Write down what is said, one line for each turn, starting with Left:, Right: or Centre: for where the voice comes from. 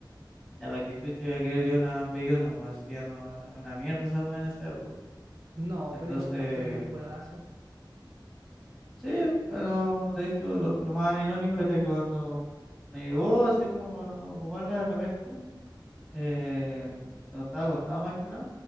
Centre: ya para que chucha iba a querer yo una Play uno weón. Si ya no, es una mierda esa weá en esa época.
Right: No,
Centre: Entonces,
Right: pero igual tenían juegazos.
Centre: sí, pero de hecho lo, lo más irónico era que cuando me llegó así como para ocuparla de repente, eh, cuando estaba acostado más que nada,